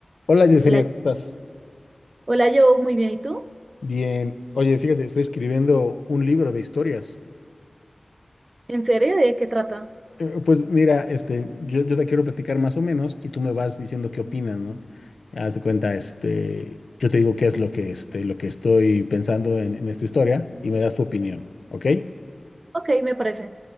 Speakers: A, on the left; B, on the right.
A: Hola Yesenia,
B: Hola,
A: ¿cómo estás?
B: hola, yo muy bien. ¿Y tú?
A: Bien. Oye, fíjate, estoy escribiendo un libro de historias.
B: ¿En serio? ¿De qué trata?
A: Eh, Pues mira, este, yo, yo te quiero platicar más o menos y tú me vas diciendo qué opinas, ¿no? Haz de cuenta, este, yo te digo qué es lo que, este, lo que estoy pensando en, en esta historia y me das tu opinión, ¿ok?
B: Ok, me parece.